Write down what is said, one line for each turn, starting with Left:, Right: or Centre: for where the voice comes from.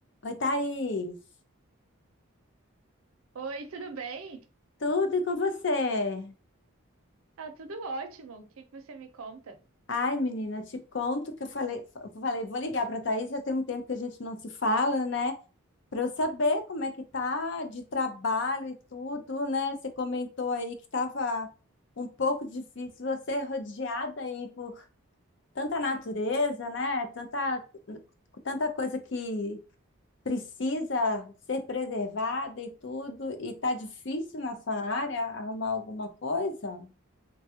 Left: Oi, Thaís.
Right: Oi, tudo bem?
Left: Tudo e com você?
Right: Tá tudo ótimo. O que que você me conta?
Left: Ai, menina, te conto que eu falei, eu falei, vou ligar para Thaís, já tem um tempo que a gente não se fala, né? Para eu saber como é que tá de trabalho e tudo, né? Você comentou aí que estava um pouco difícil, você é rodeada aí por tanta natureza, né? Tanta, tanta coisa que precisa ser preservada e tudo, e tá difícil na sua área arrumar alguma coisa?